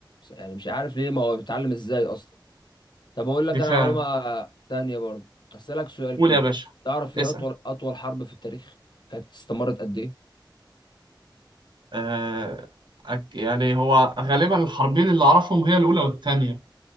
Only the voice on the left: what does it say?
يعني مش عارف ليه ما هو بيتعلم ازاي اصلا طب اقول لك
انا معلومه تانية برضه اسالك سؤال
كده
تعرف
ايه اطول اطول حرب في التاريخ كانت استمرت قد ايه